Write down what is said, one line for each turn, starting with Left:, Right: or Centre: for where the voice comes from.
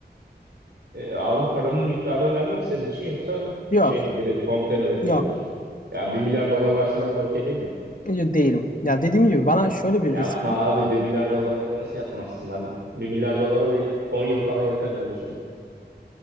Right: E, abi paranın miktarı önemli mi senin için yoksa
Left: Yok,
Right: şey mi direkt komple mi reddediyorsun?
Left: yok.
Right: Ya bir milyar dolar verseler de okey değil mi?
Left: Değilim. Ya dediğim gibi bana şöyle bir
Right: Yapma
Left: risk
Right: abi bir milyar dolara nasıl yatmazsın? Ben bir milyar dolara bir 10 yıl falan yatarım öyle söyleyeyim.